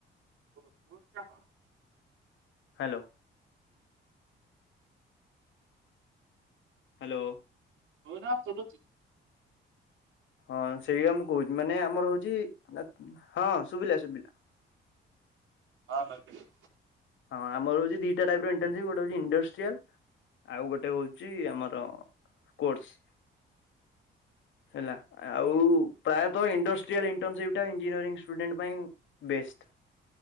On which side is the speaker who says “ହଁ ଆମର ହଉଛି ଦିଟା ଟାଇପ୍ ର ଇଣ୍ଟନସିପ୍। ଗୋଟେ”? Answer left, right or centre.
Left